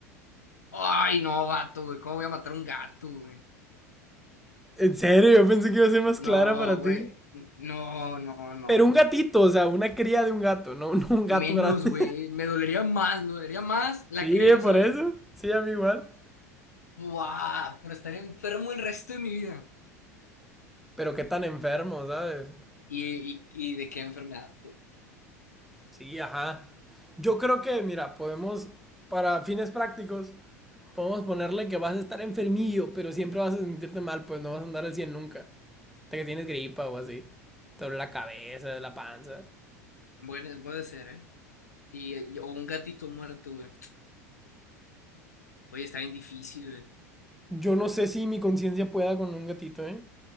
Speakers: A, on the left (about 80°); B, in the centre.
A: Ay, no, gato, güey. ¿Cómo voy a matar a un gato, güey?
B: En serio, yo pensé que iba a ser más
A: No,
B: clara para
A: güey.
B: ti.
A: No, no, no,
B: Pero un
A: güey.
B: gatito, o sea, una cría de un gato, no, <laughs> no un gato
A: Menos,
B: grande.
A: güey. Me dolería más, me dolería más
B: <laughs>
A: la
B: sí,
A: cría,
B: por
A: ¿sabes?
B: eso. Sí, a mí igual.
A: Buah, pero estaré enfermo el resto de mi vida.
B: Pero qué tan enfermo, ¿sabes?
A: ¿Y, y, y de qué enfermedad? güey?
B: Sí, ajá. Yo creo que, mira, podemos, para fines prácticos, podemos ponerle que vas a estar enfermillo, pero siempre vas a sentirte mal, pues no vas a andar al 100 nunca. Hasta que tienes gripa o así. Te duele la cabeza, la panza.
A: Bueno, puede ser, ¿eh? Y, eh, y- o un gatito muerto, güey. Oye, está bien difícil, güey.
B: Yo no sé si mi conciencia pueda con un gatito, ¿eh?